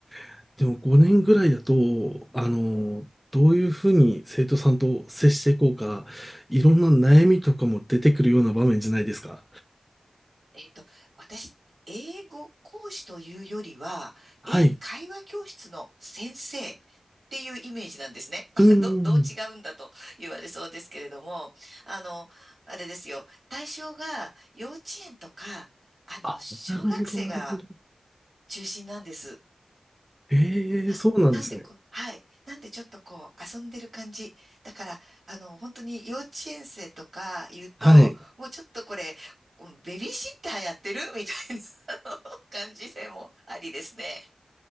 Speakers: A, in the centre; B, on the right.
A: <laughs> でも5年ぐらいだと、あの、どういうふうに生徒さんと接していこうか、いろんな悩みとかも出てくるような場面じゃないですか。
B: えっと、私、英語講師というよりは、
A: はい。
B: 英会話教室の先生っていうイメージなんですね。<laughs>
A: うん。
B: ど、どう違うんだと言われそうですけれども、あの、あれですよ。対象が幼稚園とか、あの、
A: あ、
B: 小学生が
A: なるほど、なるほど。
B: 中心なんです。
A: ええ、
B: な、
A: そうなんですね。
B: なんでこう、はい。なんでちょっとこう、遊んでる感じ。だから、あの、本当に幼稚園生とか言うと、
A: はい。い
B: もうちょっとこれ、うんベビーシッターやってるみたいな <laughs> あの感じでもありですね。